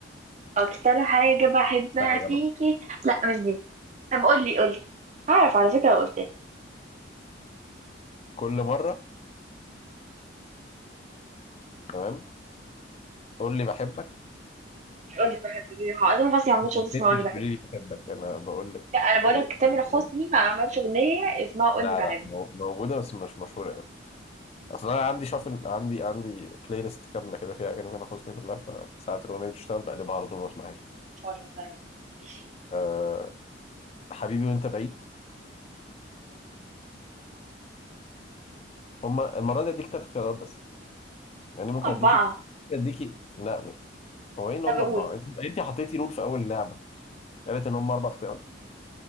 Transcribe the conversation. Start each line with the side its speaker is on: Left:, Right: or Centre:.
Right: أكتر حاجة بحبها
Left: لا غلط
Right: فيكي لا مش دي طب قولي قولي هعرف على فكرة لو قلت
Left: كل مرة تمام قول لي بحبك
Right: قول لي بحبك دي. هو اصلا حسني
Left: مش
Right: ما عملش
Left: مش
Right: اغنيه اسمها
Left: انت
Right: قول
Left: اللي
Right: لي بحبك
Left: تقولي لي بحبك أنا بقول لك
Right: لا انا بقول
Left: إيه
Right: لك
Left: اسم
Right: تامر
Left: الأغنية.
Right: حسني ما عملش اغنيه اسمها قول
Left: لا
Right: لي بحبك
Left: لا مو- موجودة بس مش مشهورة أوي أصل أنا عندي شافل عندي عندي بلاي ليست كاملة كده فيها أغاني تامر حسني كلها فساعات الأغنية دي بتشتغل بقلبها على طول ما بسمعهاش
Right: مش هو اللي مثلا ماشي
Left: أه حبيبي وأنت بعيد هما المرة دي اديك تلات اختيارات بس يعني
Right: هم
Left: ممكن اديكي
Right: اربعه
Left: اديكي لا هو ايه ان هم
Right: طب قول
Left: اربعة انت حطيتي رول في اول لعبة قالت ان هم اربع اختيارات